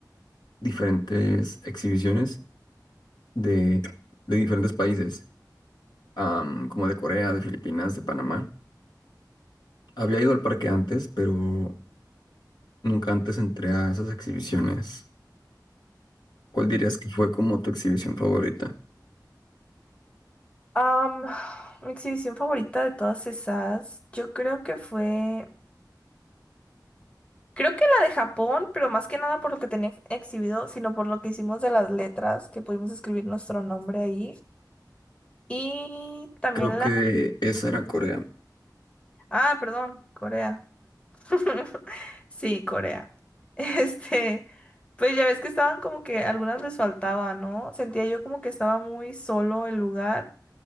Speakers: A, on the left; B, on the left.
A: diferentes exhibiciones de, de diferentes países, am, como de Corea, de Filipinas, de Panamá. Había ido al parque antes, pero Nunca antes entré a esas exhibiciones. ¿Cuál dirías que fue como tu exhibición favorita?
B: Am, mi exhibición favorita de todas esas, yo creo que fue, creo que la de Japón, pero más que nada por lo que tenía ex- exhibido, sino por lo que hicimos de las letras, que pudimos escribir nuestro nombre ahí. Y también
A: Creo que
B: la...
A: esa era Corea.
B: Ah, perdón, Corea. <laughs> Sí, Corea. Este, pues ya ves que estaban como que algunas les faltaba, ¿no? Sentía yo como que estaba muy solo el lugar.